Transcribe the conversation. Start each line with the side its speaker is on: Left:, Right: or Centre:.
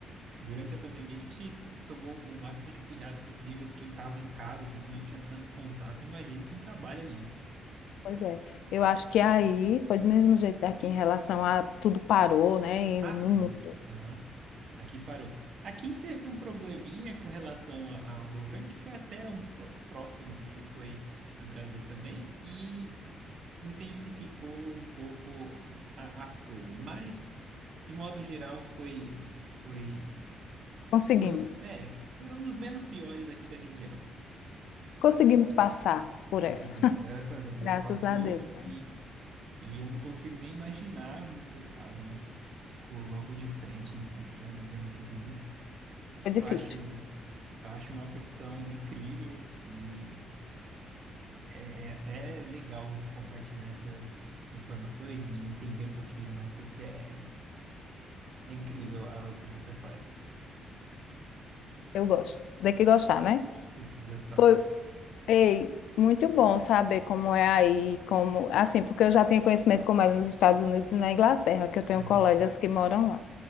Right: Durante a pandemia, a gente tomou o máximo de cuidado possível. Quem estava em casa, assim, que não tinha tanto contato, imagina quem trabalha ali.
Left: Pois é, eu acho que aí foi do mesmo jeito daqui em relação a tudo parou, né? e
Right: Ah,
Left: no
Right: sim.
Left: mundo.
Right: Aham. Aqui parou. Aqui teve um probleminha com relação a- ao governo, que foi até um pró- próximo do que foi no Brasil também, e intensificou um pouco a- as coisas. Mas, de modo geral, foi, foi,
Left: Conseguimos.
Right: foi, o- é, foi um dos menos piores aqui da região.
Left: Conseguimos passar por
Right: Conseguimos,
Left: essa. <laughs>
Right: graças a Deus
Left: Graças
Right: passou
Left: a Deus,
Right: e
Left: né?
Right: E eu não consigo nem imaginar, no seu caso, né? Ficou logo de frente, enfrentando e vendo tudo isso.
Left: Foi difícil.
Right: Eu acho, eu acho uma profissão incrível e é, é até legal compartilhar essas informações e entender um pouquinho mais, porque é, é incrível ah, o que você faz.
Left: Eu gosto. Tem que gostar, né?
Right: Tem que gostar.
Left: Foi, ei, muito bom saber como é aí, como, assim, porque eu já tenho conhecimento como é nos Estados Unidos e na Inglaterra, que eu tenho
Right: Aham.
Left: colegas que moram lá.